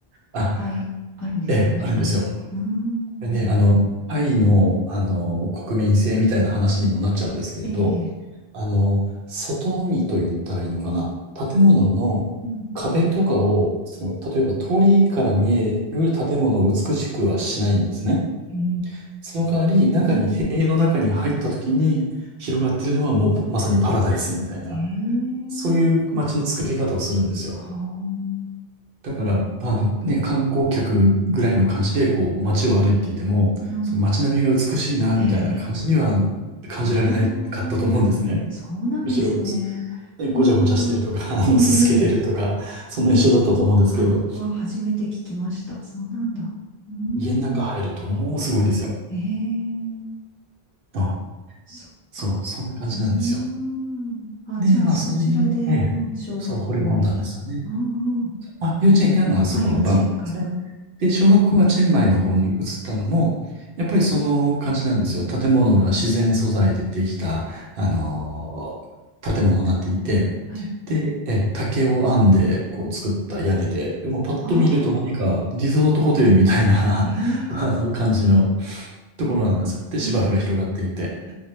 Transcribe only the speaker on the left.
いっぱいあるんですかね、
バンコク。うーん。
ええ、ええ。
うん。
へえ。
うん。
へえ。
はあ。
うん。
ええ、
ええ
はあ、そうなんですね。
わあ、
ええ、
ええ、ええあ、は初めて聞きました。そうなんだ。うーん、
ええ、
あ、そっか。
うーん、あ、
じゃあそちらで、
うん、小学校に、
うんうん、
あ、幼稚園から。
うん
はい。
ああ、
え
え、
ええ、
え